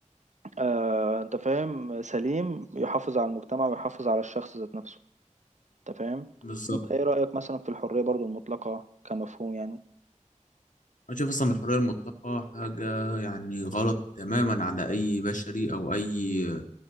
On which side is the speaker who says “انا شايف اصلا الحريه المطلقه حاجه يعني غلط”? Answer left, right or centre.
Left